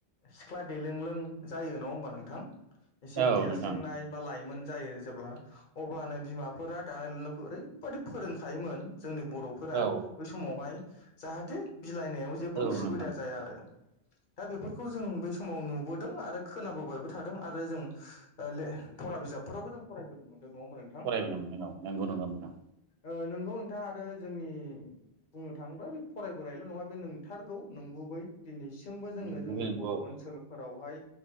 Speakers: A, on the left (about 55°); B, on the right (about 75°).
A: सिख्ला देलों लों जायो नंङा होमबा नोंथां एसे
B: औ
A: देरस्लिंनाय
B: नोंथां
A: बा लाइमोन जायो जेब्ला अब्लानो बिमाफोरा दानाय लुनायखौ ओरै बेबादि फोरोंखायोमोन जोंनि बर'फोरा
B: औ
A: बै समावहाय जाहाथे बिलाइनायाव जेबो
B: औ
A: उसुबिदा
B: नोंथां
A: जाया आरो
B: <inaudible>
A: दा बेफोरखौ जों बै समाव नुबोदों आरो खोनाबोबायबो थादों आरो जों फरा बिजाबफोरावबो जों फरायबोनो मोनदों नंङा होनबा नोंथां
B: फरायबोनो मोनदों नगौ नंगौ नोंथां
A: ओ‌ नोंगौ नोंथांङा आरो जोंनि बुंनो थांङोब्ला बे फरायबोनायल' नंङा बे नोंथारगौ नंगुबै दिनैसिमबो जोंङो
B: नंगौबै
A: जोंनि
B: नंगौ
A: बर' ओनसोल फोरावहाय